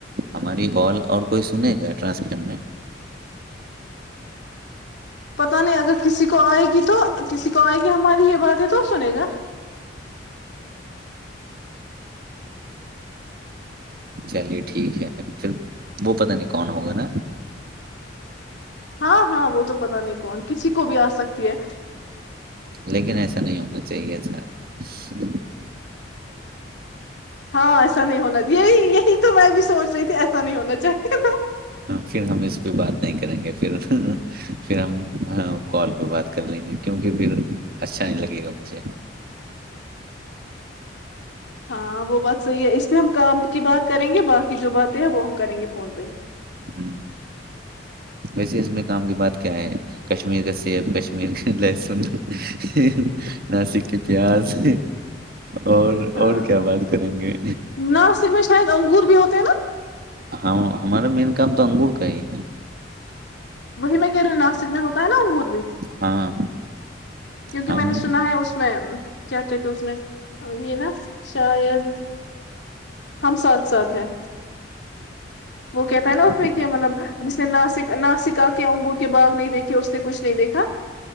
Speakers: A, on the right; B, on the left.
A: ہماری بات اور کوئی سنے گا ٹرانسپ میں
B: پتا نہیں اگر کسی کو آئے گی تو کسی کو آئے گی ہماری یہ بات ہے تو سنے گا
A: چلیے ٹھیک ہے پھر وہ پتا نہیں کون ہوگا نا
B: ہاں ہاں وہ تو پتا نہیں کون کسی کو بھی آ سکتی ہے
A: لیکن ایسا نہیں ہونا چاہیے سر
B: ہاں ایسا نہیں ہونا یہی یہی تو میں بھی سونچ رہی تھی ایسا نہیں ہونا چاہیے تھا
A: پھر ہم اس پہ بات نہیں کریں گے پھر پھر ہم کال پہ بات کر لیں گے کیونکہ پھر اچھا نہیں لگے گا مجھے
B: ہاں وہ بات صحیح ہے اس لیے ہم کام کی بات کریں گے باقی جو باتیں ہیں وہ ہم کریں گے فون پہ ہی
A: ہوں ویسے اس میں کام کی بات کیا ہے کشمیر کایب کشیر م لسن <unintelligible> <inaudible> ناسک کی پیاز اور
B: ہاں
A: اور کیا بات کریں گے
B: ناسک میں شاید انگور بھی ہوتے ہیں نا
A: ہاں ہمارا مین کام تو انگور کا ہی ہے
B: وہی میں کہہ رہ ہوں ناسک میں ہوتا ہے نا انگوروچ
A: ہاں
B: کیوں کہ
A: ہم
B: میں نے سنا ہے اس میں کیا کہت اس میں یہ نا شاید ہم ساتھ ساتھ ہیں وہ کہتا ہے نا
A: ہم
B: اس میں کہ مطلب جس نے ناسک ناسک آ کے انگور کے باغ نہیں دیکھے اس سے کچھ نہیں دیکھا